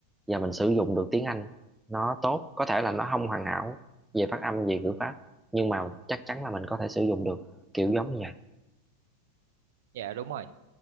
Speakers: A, in the centre; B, on the right (about 55°).
A: và mình sử dụng được tiếng Anh nó tốt có thể là nó không hoàn hảo về phát âm về ngữ pháp nhưng mà chắc chắn là mình có thể sử dụng được kiểu giống như vậy
B: dạ đúng rồi